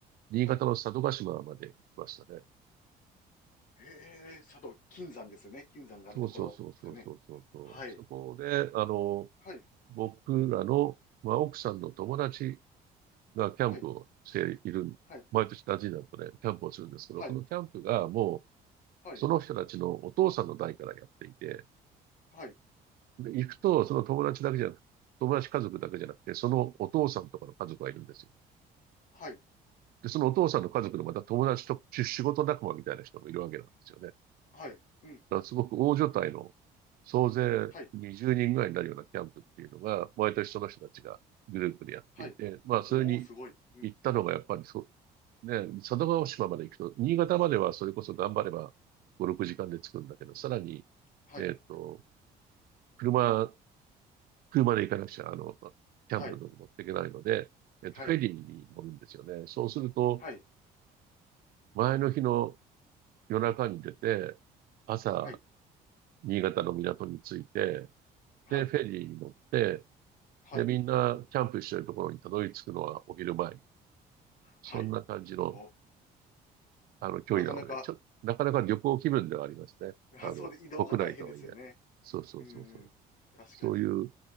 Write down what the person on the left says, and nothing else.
はい。へえ、佐渡、金山ですよね。金山があるところですかね。
はい、
はい、
はい、はい、
はい、
はい、
はい、はい、
はい、
はい、うん、
はい、
はい。
おお、すごい。うん、
はい、
はい、
はい、
はい、
はい、
はい、
はい、
はい。お、
なかなか、
<laughs>
そうで移動が大変ですよね。
うん、うん確かに。